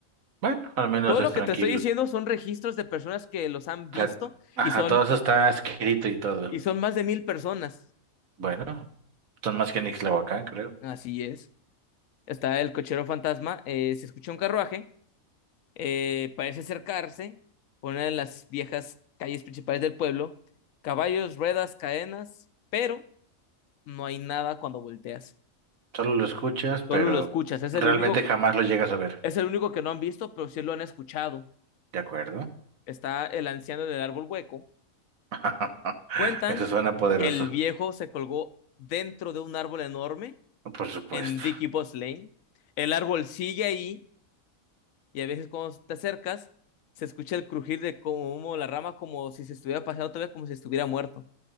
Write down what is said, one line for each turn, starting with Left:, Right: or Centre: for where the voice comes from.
Right: Bueno, al menos
Left: Todo
Right: es
Left: lo que
Right: tranquilo.
Left: te estoy diciendo
Right: O
Left: son registros de personas que los han visto
Right: sea, ajá,
Left: y son,
Right: todo eso está escrito y todo.
Left: y son más de mil personas.
Right: Bueno, son más que Nixlahuacán, creo.
Left: Así es. Está el cochero fantasma, eh, se escucha un carruaje, eh, parece acercarse por una de las viejas calles principales del pueblo. Caballos, ruedas, cadenas, pero no hay nada cuando volteas.
Right: Solo lo escuchas, pero
Left: Solo lo escuchas. Es
Right: realmente
Left: el único,
Right: jamás lo llegas a ver.
Left: Es el único que no han visto, pero sí lo han escuchado.
Right: ¿De acuerdo?
Left: Está el anciano en el árbol hueco.
Right: <laughs>
Left: Cuentan
Right: Eso suena poderoso,
Left: que el viejo se colgó dentro de un árbol enorme
Right: por supuesto.
Left: en Dicky Boss Lane. El árbol sigue ahí y a veces cuando te acercas se escucha el crujir de como la rama como si se estuviera pasando otra vez, como si estuviera muerto,